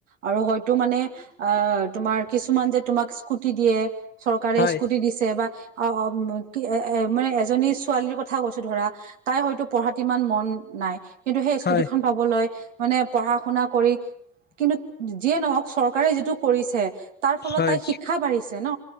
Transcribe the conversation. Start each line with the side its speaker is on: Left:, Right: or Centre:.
Right: আৰু হয়তো মানে আহ তোমাৰ কিছুমান যে তোমাক স্কুটি দিয়ে। চৰকাৰে
Left: হয়
Right: স্কুটি দিছে বা- অ অ এ এ মানে এজনী ছোৱালীৰ কথা কৈছো ধৰা তাই হয়তো পঢ়াত ইমান মন নাই। কিন্তু সেই স্কুটিখন
Left: হয়
Right: পাবলৈ মানে পঢ়া শুনা কৰি কিন্তু যিয়ে নহওঁক চৰকাৰে যিটো কৰিছে- তাৰ ফলত
Left: হয়
Right: তাই শিক্ষা বাঢ়িছে ন।